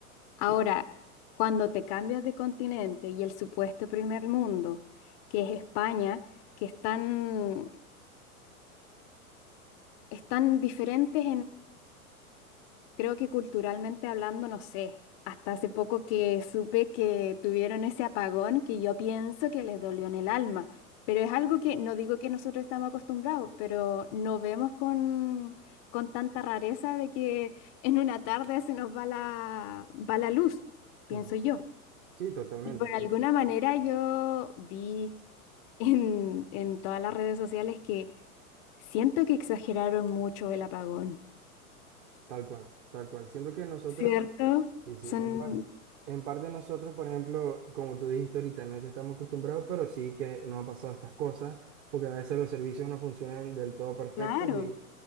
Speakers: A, on the left; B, on the right.
A: Ahora,
B: Sí.
A: cuando te cambias de continente y el supuesto primer mundo, que es España, que están, están diferentes Creo que culturalmente hablando, no sé, hasta hace poco que supe que tuvieron ese apagón que yo pienso que les dolió en el alma, pero es algo que no digo que nosotros estamos acostumbrados, pero no vemos con, con tanta rareza de que en una tarde se nos va la, va la luz, pienso
B: Ujú.
A: yo.
B: Sí, totalmente,
A: Y por alguna manera yo vi en, en todas las redes sociales que siento que exageraron mucho el apagón,
B: tal cual, tal cual. Siento que nosotros
A: ¿cierto?
B: Sí, sí,
A: Son...
B: en par- en parte nosotros, por ejemplo, como tú dijiste ahorita, no es que estamos acostumbrados, pero sí que nos ha pasado estas cosas, porque a veces los servicios no funcionan del todo perfectos
A: Claro,
B: y,